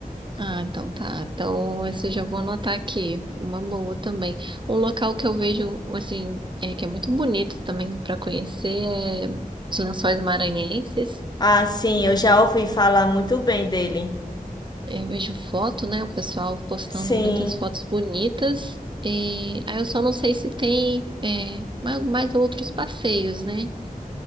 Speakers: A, on the right; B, on the left.
A: Ah, então tá. Então, esse eu já vou anotar aqui. Uma boa também. Um local que eu vejo, assim, é, que é muito bonito também para conhecer é os Lençóis Maranhenses.
B: Ah, sim, eu já ouvi falar muito bem dele.
A: É, Eu vejo foto, né? O pessoal postando
B: Sim,
A: muitas fotos bonitas. E aí eu só não sei se tem é, ma- mais outros passeios, né?